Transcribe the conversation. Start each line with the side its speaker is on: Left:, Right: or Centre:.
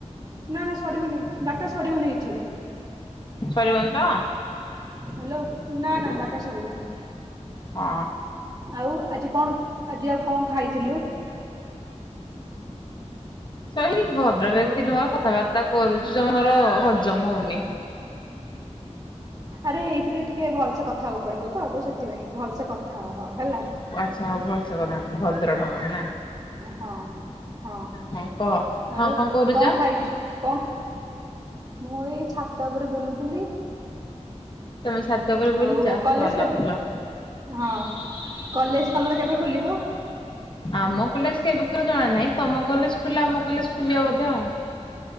Right: ନା ନା ସରିବନି ଡାଟା ସରିବନି କିଛି।
Left: ସରିବନି ତ
Right: ହ୍ୟାଲୋ ନା ନା ଡାଟା ସରିବନି।
Left: ହଁ।
Right: ଆଉ ଆଜି କଣ ଆଜି ଆଉ କଣ ଖାଇଥିଲୁ?
Left: ଭଦ୍ର
Right: ହ୍ୟାଲୋ
Left: ବ୍ୟକ୍ତି ଢଙ୍ଗ କଥାବାର୍ତ୍ତା କରୁଛିୁ ତମର ହଜମ ହଉନି।
Right: ଆରେ ଏଇଥିରେ ଟିକେ ଭଲସେ କଥାହବାକୁ ପଡିବ ତ ତ ସେଥିପାଇଁ ଭଲସେ କଥା ହ ହେଲା।
Left: ଆଚ୍ଛା ଆଉ ଭଲସ କରଥାନ୍ତି ଭଦ୍ର ଢଙ୍କର ନା।
Right: ହଁ ହଁ
Left: ହଁ କହ
Right: ଆଉ
Left: ହଁ କରୁଛ?
Right: କଣ ଖାଇଛୁ କଣ ମୁଁ ଏଇ ଛାତ ଉପରେ ବୁଲୁଥିଲି।
Left: ତମେ ଛାତ ଉପରେ ବୁଲଛ
Right: ଆଉ କଲେଜ
Left: ଭଲ
Right: କେବେ
Left: ବୁଲ।
Right: ହଁ କଲେଜ ତମର କେବେ ଖୋଲିବ।
Left: ଆମ କଲେଜ କେବେ ଖୋଲିବ ଜଣା ନାହିଁ ତମ କଲେଜ ଖୋଲିଲେ ଆମ କଲେଜ ଖୁଲିବ ବୋଧେ ଆଉ।